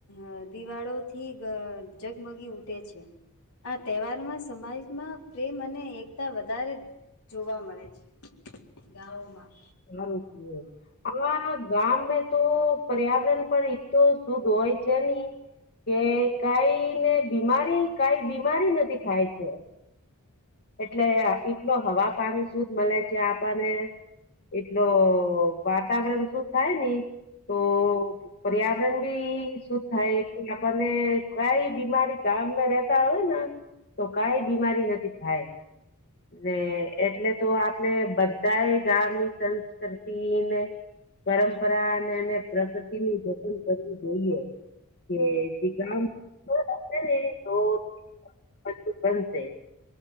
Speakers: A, on the left (about 85°); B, on the left (about 45°).
A: અ દિવાળો થી જગમગી ઉઠે છે આ તહેવારમાં સમાજમાં પ્રેમ અને એકતા વધારે જોવા મળે છે ગાવોમાં
B: <unintelligible> ગામમે તો પર્યાવરણ પણ એ તો શુદ્ધ હોય છે નહી કે કઈ ને બીમારી કઈ બીમારી નથી થાય છે. એટલે એટલો હવા પાણી સુધ મળે છે આપણને એટલો વાતાવરણ શું થાય ને એ તો પર્યાવરણ બી સુદ થાય, એટલે આપણને કઈ બીમારી ગામને રેતા હોય ને તો કઈ બીમારી નથી થાય. ને એટલે તો આપણે બધા એ ગામની સંસ્કૃતિને પરંપરા અને એને પ્રકૃતિનું જતન કરવું જોઈએ. કે જે ગામ <unintelligible> બનશે